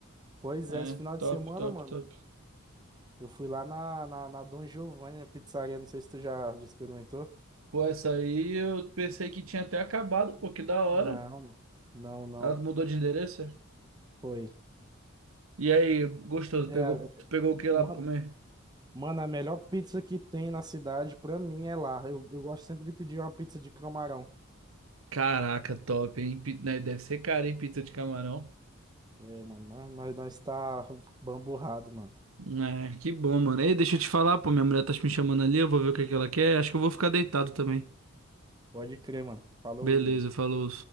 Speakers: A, on the right; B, on the right.
A: Pois
B: É,
A: é, esse final
B: top,
A: de semana,
B: top,
A: mano,
B: top.
A: eu fui lá na, na, na Dom Giovanni, a pizzaria, não sei se tu já, já experimentou.
B: Pô, essa aí eu pensei que tinha até acabado, pô, que da hora.
A: Não, não, não, não,
B: Ela mudou de endereço?
A: foi.
B: E aí, gostoso,
A: É,
B: pegou,
A: a-
B: tu pegou o que
A: ma-
B: lá pra comer?
A: mano, a melhor pizza que tem na cidade, pra mim, é lá. Eu, eu gosto sempre de pedir uma pizza de camarão.
B: Caraca, top, hein? Pi- né, Deve ser caro, hein? Pizza de camarão.
A: É, mano, nós, nós nós tá bamburrado, mano.
B: É, que bom, mano. Ei, deixa eu te falar, pô, minha mulher tá me chamando ali, eu vou ver o que que ela quer. Acho que eu vou ficar deitado também.
A: Pode crer, mano. Falou.
B: Beleza, falou.